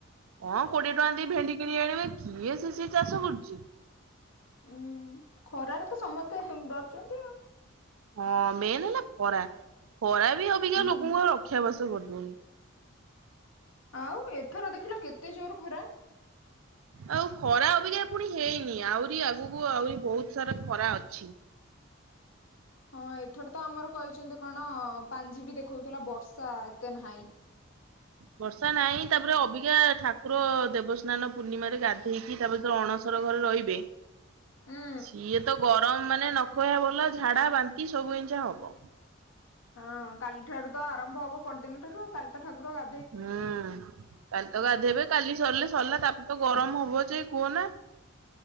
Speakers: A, on the right; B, on the left.
A: ହଁ କୋଡିଏ ଟଙ୍କା ଦେଇ ଭେଣ୍ଡି କିଣ ଆଣିବେ କିଏ ସେ ସେଇ ଚାଷ କରୁଛି।
B: ଉଁ ଖରାରେ ତ ସମସ୍ତେ ଡରୁଛନ୍ତି ଆଉ।
A: ହଁ ମେନ୍ ହେଲା ଖରା ଖରା ବି ଅବିକା
B: ହୁଁ
A: ଲୋକଙ୍କୁ ରକ୍ଷା ବାସ କରିଦଉନି।
B: ଆଉ ଏଥର ଦେଖିଲ କେତେ ଜୋର ଖରା।
A: ଆଉ ଖରା ଅବିକା ପୁଣି ହେଇନି ଆହୁରି ଆଗକୁ ଆହୁରି ବହୁତ ସାରା ଖରା ଅଛି।
B: ହଁ ଏଥର ତ ଆମର କହିଛନ୍ତି କଣ ପାଞ୍ଜି ବି ଦେଖୋଉଥିଲା ବର୍ଷା ଏତେ ନାହିଁ।
A: ବର୍ଷା ନାହିଁ ତାପରେ ଅବିକା ଠାକୁର ଦେବସ୍ନାନ ପୂର୍ଣ୍ଣିମାରେ ଗାଧେଇକି କି ତା ଭିତରେ ଅଣସର ଘରେ ରହିବେ।
B: ହୁଁ
A: ସିଏ ତ ଗରମ ମାନେ ନ ଖହିବା ଭଲ ଝାଡା ବାନ୍ତି ସବୁ ଜିନିଷ ହବ।
B: ହଁ କାଲି ଠାରୁ ତ ଆରମ୍ଭ ହବ। ପରଦିନଠାରୁ କାଲିତ ଠାକୁର ଗାଧ
A: ହୁଁ କାଲି ତ ଗାଧେଇବେ କାଲି ସରିଲେ ସରିଲା ତାପରେ ତ ଗରମ ହବ ଯେ କୁହ ନା